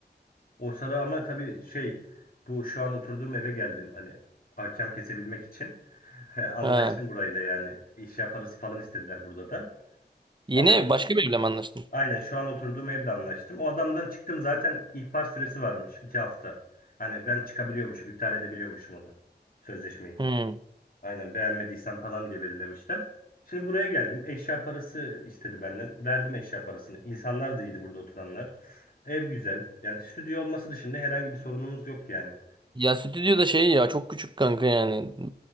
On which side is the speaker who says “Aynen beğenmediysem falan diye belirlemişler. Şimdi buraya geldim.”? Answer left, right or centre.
Left